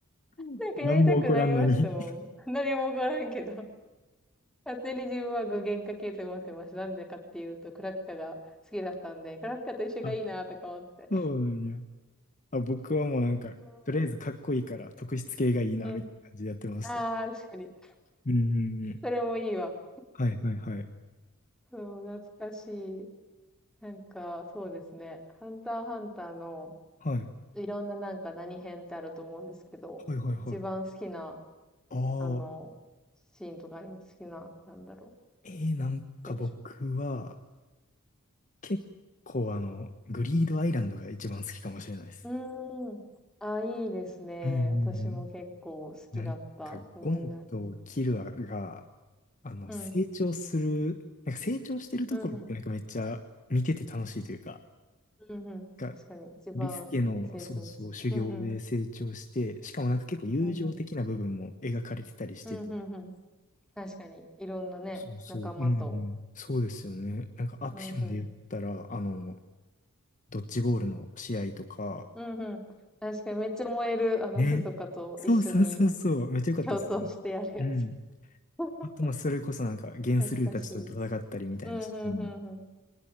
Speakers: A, on the left; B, in the centre.
A: <laughs>
B: <laughs> なんかやりたくなりましたもん。
A: 何も起こらんのに。
B: <laughs> 何も起こらんけど。<laughs> 勝手に自分は具現化系と思ってました。なんでかっていうと、クラピカが好きだったんで、クラピカと一緒がいいなとか思って。
A: <laughs> あ、そうなんや。あ、僕はもうなんか、
B: <laughs>
A: とりあえずかっこいいから特質系がいいな、
B: うん。
A: みたいな感じでやってました。
B: ああ、確かに。
A: うんうんうん。
B: それもいいわ。
A: はいはいはい。
B: そう、懐かしい。なんか、そうですね。ハンターハンターの、
A: はい。
B: いろんななんか何編ってあると思うんですけど、
A: はいはいはい。
B: 一番好きな、
A: ああ。
B: あの、シーンとかあります好きな、なんだろ
A: えー、なんか僕は、
B: う、セクショ
A: 結構あの、グリードアイランドが一番好きかもしれないです。
B: ン。うーん。あ、いいですね。
A: うんうんうん。
B: 私も結構好きだった思い出あります。
A: なんか、ゴンとキルアが、あの、
B: うん。
A: 成長する、なんか成長してるところってなんかめっちゃ見てて楽しいというか、
B: うんうん。うんうん。
A: が、
B: 確かに、一番成長して。
A: ビスケの、そうそう、修行で成長して、
B: うんうん。
A: しかもなんか結構友情的な部分も描かれてたりして、
B: うんうん。うんうんうん。確かに、いろんなね、
A: そうそう、
B: 仲間と。
A: うんうん。そうですよね。なんかアクションで言ったら、
B: うんうん。
A: あの、ドッジボールの試合とか、
B: うんうん。確かにめっちゃ燃える、あの、
A: ね。
B: 密かと一緒に
A: そうそうそうそう。めっちゃ良かったですね。
B: 共闘してやるやつ。
A: うん。
B: <laughs>
A: あと、まあ、それこそなんか、ゲンスルーたちと戦ったりみたいなシーン
B: 懐かしい。うん、うん、うん、うん。